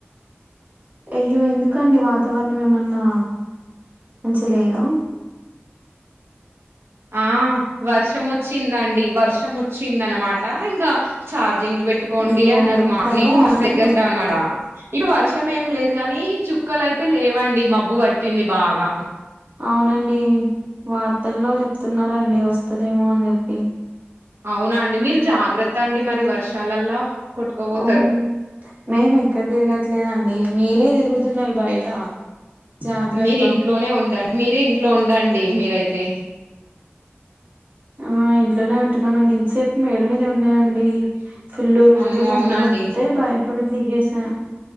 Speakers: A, on the right (about 40°); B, on the right (about 70°).
A: అయ్యో ఎందుకండి వాతావరణం ఏమన్నా మంచి లేదా
B: ఆ వర్షం వచ్చిందండి వర్షం వచ్చిందన ఇంకా చార్జింగ్లు పెట్టుకోండి
A: అయ్యో
B: అన్నారు మా
A: తగ్గిందా
B: నేను ఆసగ్గా
A: అండి
B: ఉంటామాడ ఇప్పు వర్షం ఏం లేదు కానీ చుక్కలుయితే లేవండి మబ్బు పట్టింది బాగా
A: అవునండి వార్తల్లో చెప్తున్నారంండి వస్తుదేమో అని చెప్పి
B: అవునాండి మీరు జాగ్రత్త అండి మరి వర్షాలలో కొట్టుకోబతారు
A: ఓ మేము ఎక్కడ తిరగట్లేదండి మీరే తిరుగుతున్నారు బయట జాగ్రత్త
B: మీరు ఇంట్లోనే ఉండండి మీరే ఇంట్లో ఉండండి మీరైతే
A: ఆ ఇంట్లోనే ఉంటున్నామండి ఇంతసేపు మేడ మీద ఉండేయంండి ఫుల్లు ఉరుములు
B: అమ్మో
A: మెరుపులొస్తే
B: అవునండి
A: భయపడి దిగసా